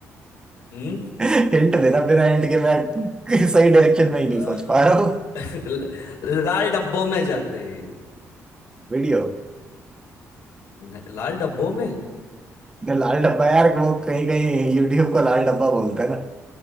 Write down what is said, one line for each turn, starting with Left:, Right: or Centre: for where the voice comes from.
Left: हम्म
Right: हिंट देना बिना हिंट के मैं सही डायरेक्शन में ही
Left: अ,
Right: नहीं सोच पा रहा हूँ
Left: <laughs> ल- लाल डब्बों में जाते हैं ये
Right: वीडियो
Left: न- लाल डब्बों में
Right: लाल डब्बा यार वो कहीं कहीं यूट्यूब को लाल डब्बा बोलते हैं